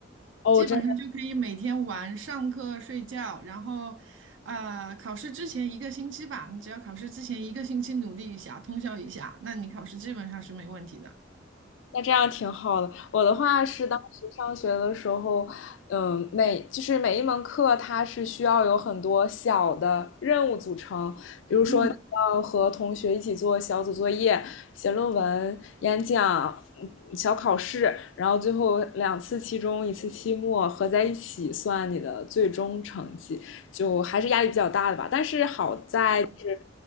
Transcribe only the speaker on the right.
基本上就可以每天玩、
上课、睡觉，然后，呃，考试之前一个星期吧，你只要考试之前一个星期努力一下、通宵一下，那你考试基本上是没问题的。
嗯